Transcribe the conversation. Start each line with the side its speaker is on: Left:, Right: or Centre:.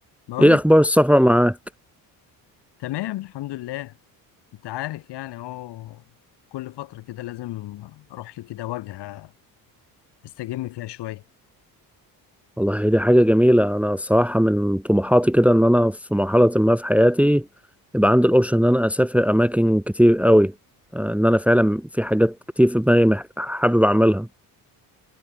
Left: بقول
Centre: ايه
Left: لك
Centre: اخبار السفر معاك
Left: تمام الحمد لله انت عارف يعني اهو كل فترة كده لازم اروح لي كده واجهة استجم فيها شوية
Centre: والله هي دي حاجه جميله انا الصراحه من طموحاتي كده ان انا في مرحله ما في حياتي يبقى عندي الاوبشن ان انا اسافر اماكن كتير قوي آه، ان انا فعلا في حاجات كتير في دماغي مح- حابب اعملها